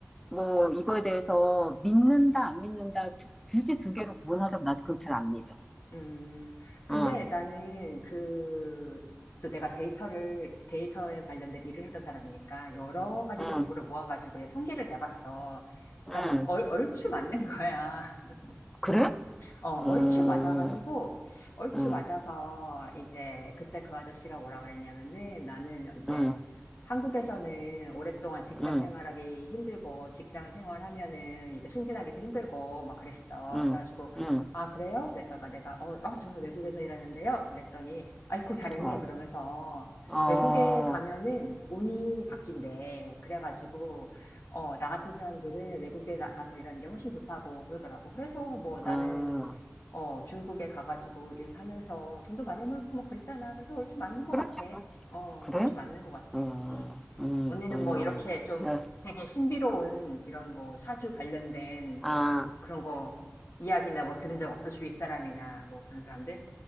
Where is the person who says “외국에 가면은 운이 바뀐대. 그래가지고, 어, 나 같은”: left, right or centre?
Left